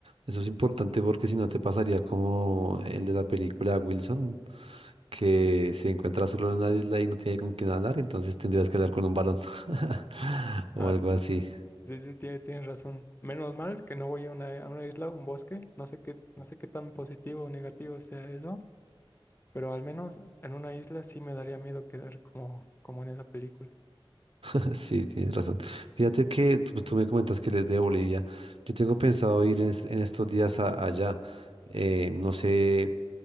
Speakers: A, on the right (about 85°); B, on the left (about 25°).
A: eso es importante porque si no te pasaría como el de la película Wilson, que se encuentra solo en una isla y no tiene con quién hablar, entonces tendrías que hablar con un balón <laughs> o
B: Ah,
A: algo
B: ti-
A: así.
B: sí, sí, tie- tienes razón. Menos mal que no voy a una, a una isla, un bosque, no sé qué, no sé qué tan positivo o negativo sea eso, pero al menos en una isla sí me daría miedo quedar como, como en esa película.
A: <laughs> Sí, tienes razón. Fíjate que tú, pues, tú me comentas que eres de Bolivia. Yo tengo pensado ir en, es- en estos días a- allá. Eh, no sé